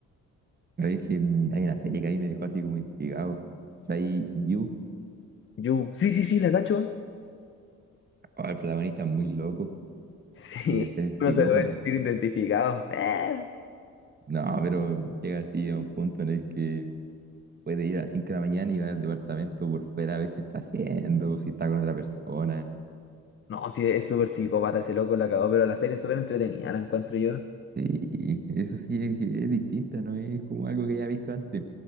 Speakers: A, on the right; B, on the left.
A: La verdad es que mm, hay una serie que ahí me dejó así como intrigado. O sea, ahí You,
B: you Sí, sí, sí, la cacho. <laughs>
A: oh, el protagonista es muy loco.
B: Sí.
A: Llega a ser psicópata.
B: Uno se debe sentir identificado. Eh.
A: No, pero llega así a un punto en el que puede ir a las 5 de la mañana y va al departamento por fuera a ver qué está haciendo, si está con otra persona.
B: No, sí, es súper psicópata ese loco, la cagó, pero la serie es súper entretenida, la encuentro yo.
A: Y eso sí es, es distinta, no es como algo que ya he visto antes.